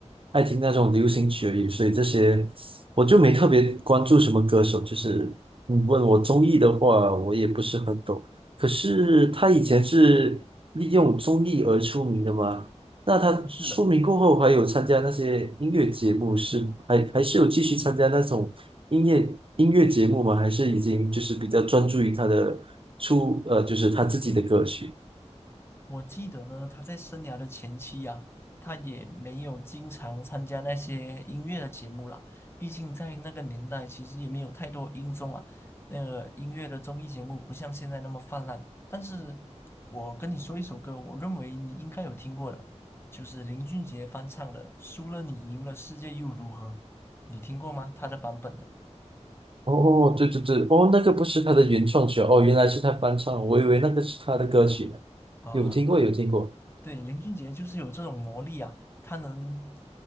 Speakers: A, on the right; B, on the left.
A: 爱听那种流行曲而已，所以这些我就没特别关注什么歌手。就是你问我综艺的话，我也不是很懂。可是他以前是利用综艺而出名的吗？那他出名过后，
B: 不是的，
A: 还有参加那些音乐节目是，还还是有继续参加那种音乐音乐节目吗？还是已经就是比较专注于他的出呃，就是他自己的歌曲？
B: 我记得呢，他在生涯的前期啊，他也没有经常参加那些音乐的节目啦。毕竟在那个年代，其实也没有太多音综啊，那个音乐的综艺节目不像现在那么泛滥。但是我跟你说一首歌，我认为你应该有听过的，就是林俊杰翻唱的《输了你赢了世界又如何》，你听过吗？他的版本的
A: 哦，对对对，哦，那个不是他的原创曲啊哦，原来是他翻唱，我以为那个是他的歌曲呢。
B: 啊，
A: 有听过，有听过。
B: 对，林俊杰就是有这种魔力啊，他能，